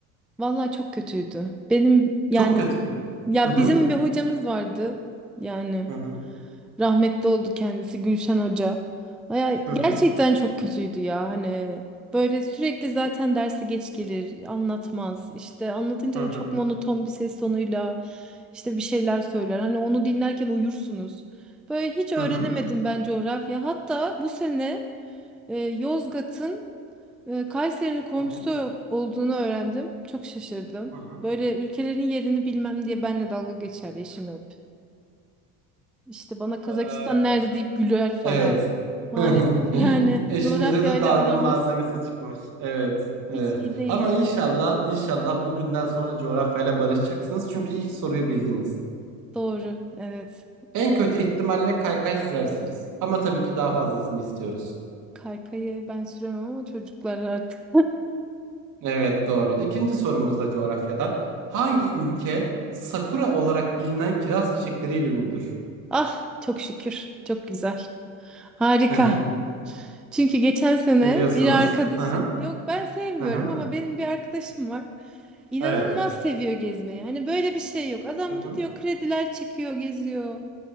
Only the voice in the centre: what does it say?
Vallahi çok kötüydü. Benim yani
ya
bizim bir hocamız vardı. Yani
Rahmetli oldu kendisi Gülşen Hoca. Aya,
gerçekten çok kötüydü ya hani böyle sürekli zaten dersi geç gelir anlatmaz işte anlatınca
da çok monoton bir ses tonuyla işte bir şeyler söyler hani onu dinlerken uyursunuz. Böyle hiç öğrenemedim
ben coğrafya hatta bu sene e, Yozgat'ın e, Kayseri'nin komşusu
olduğunu öğrendim çok şaşırdım.
Böyle ülkelerin yerini bilmem diye benle dalga geçerdi eşim hep. İşte bana Kazakistan
nerede deyip güler falan.
Maalesef
yani
coğrafyayla
aramız
hiç iyi değil.
Doğru, evet.
Kaykayı ben süremem ama çocuklar artık.
Ah çok şükür, çok güzel. Harika.
Çünkü geçen sene
bir arkadaşım,
yok ben sevmiyorum
ama benim bir arkadaşım var. İnanılmaz
seviyor gezmeyi. Hani böyle bir şey yok. Adam
gidiyor krediler çekiyor, geziyor.